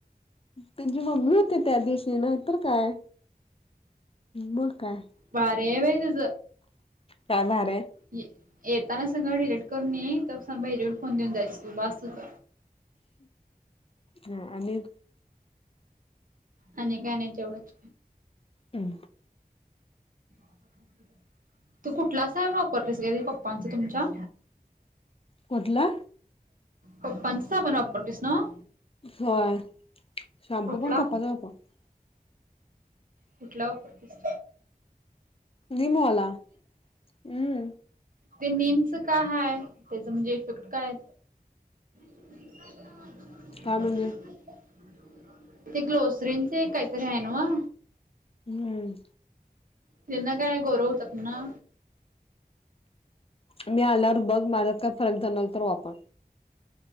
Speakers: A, on the left (about 40°); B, on the right (about 60°).
A: त्यांची मम्मी होती त्या दिवशीन तर काय मग काय
B: बरये बई तुज
A: का भारे
B: य येताना सगळ डिलेट करून ये तर सा हिजेून फोन देऊन जायच त बासुच.
A: हा आणि
B: आणि काय नायी तेवढच
A: अम
B: <inaudible> तू कुटला सान वापरलीस गे पप्पांच तुमच्या?
A: कुठला?
B: पप्पांच साबण वापरतेस नव
A: होय शाम्पू
B: कुटला?
A: <unintelligible>
B: कुठला वापरस.
A: निमअला हम्.
B: ते नेमच काय हय त्याच म्हणजे इफेक्ट कायय. हा.
A: काय म्हणले
B: ते ग्लोसरीनच काहीतरी आहे ना.
A: हम्म.
B: त्यांना काय गौरव होतात ना.
A: मी आल्यावर बघ माझ्यात काय पर्यंत नल तर वापर.